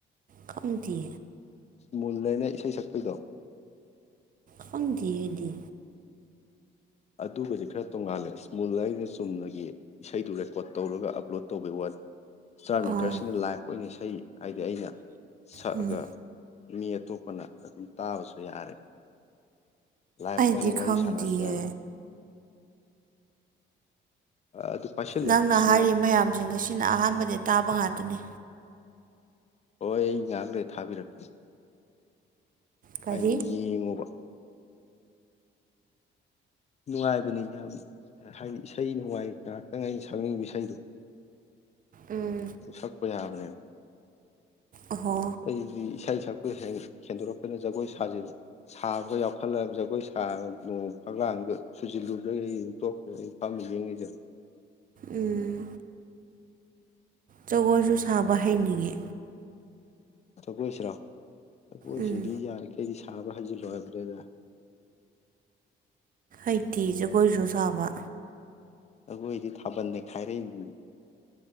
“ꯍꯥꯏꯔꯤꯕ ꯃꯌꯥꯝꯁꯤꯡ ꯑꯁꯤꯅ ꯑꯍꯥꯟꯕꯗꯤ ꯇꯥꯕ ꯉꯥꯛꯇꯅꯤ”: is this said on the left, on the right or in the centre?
Right